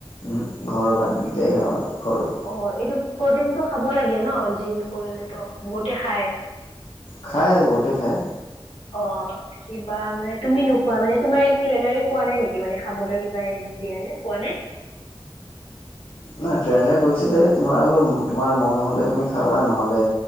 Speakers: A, on the left (about 60°); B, on the left (about 85°).
A: উমহোঁ, ঘৰৰ ভাতকেইটাই খাওঁ আৰু ঘৰ- -
B: অঁ এইটো প্ৰ'টিনটো খাব লাগে ন'? জিম কৰিলে ত' বহুতে খাই।
A: খাই বহুতে খাই।
B: অঁ, কিবা মানে তুমি নো খোৱা মানে তোমাৰ এই ট্ৰেইনাৰে কোৱা নাই নেকি মানে, খাবলে কিবা দিয়া নাই, কোৱা নাই?
A: নাই, ট্ৰেইনে কৈছিলে তোমাৰ আৰু, তোমাৰ মন হ'লে তুমি খাবা, নহ'লে